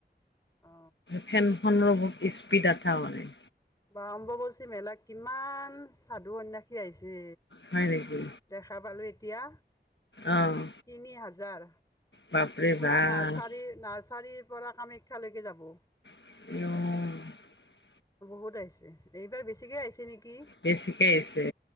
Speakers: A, on the left; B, on the left.
A: অ
B: ফেনখনৰো বহুত স্পী <unintelligible> মানে
A: বাহ অম্বুবাচী মেলাত কিমান সাধু সন্ন্যাসী আহিছে।
B: হয় নেকি।
A: দেখা পালোঁ এতিয়া।
B: অ',
A: তিনি হাজাৰ।
B: বাপৰে
A: পুৰা
B: বাপ
A: নাৰ্চাৰিৰ নাৰচ্ চাৰিৰ পৰা কামাখ্যালৈকে যাব।
B: অহ।
A: বহুত আহিছে। এইবাৰ বেছিকৈ আহিছে নেকি
B: বেছিকে আহিছে